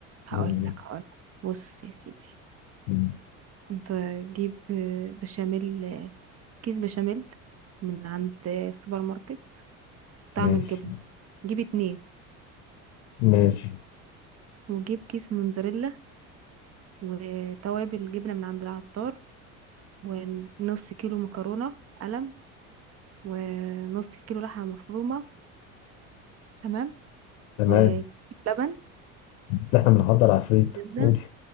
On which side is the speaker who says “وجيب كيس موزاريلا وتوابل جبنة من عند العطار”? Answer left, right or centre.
Right